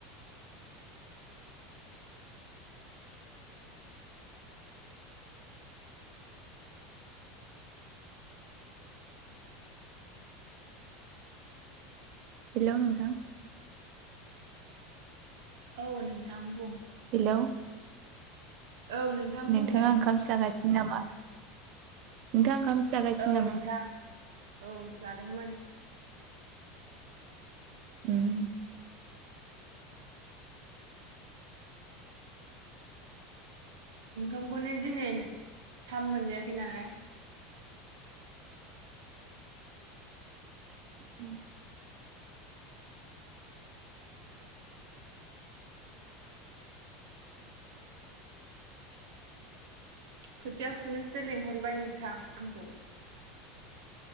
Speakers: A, on the right; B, on the right.
A: हेलौ नोंथां
B: औ नोंथां बुं
A: हेलौ
B: औ नोंथां बुं
A: नोंथाङा
B: दे
A: ओंखाम जागासिनो नामा नोंथाङा ओंखाम जागासिनो
B: औ
A: नामा
B: नोंथां औ जादोंमोन
A: उम
B: ओंखामखौनो दिनै थाब मोनजायाखै नालाय
A: उम
B: खोथिया फुनोसो लिंहरबाय नोंथां आंखौ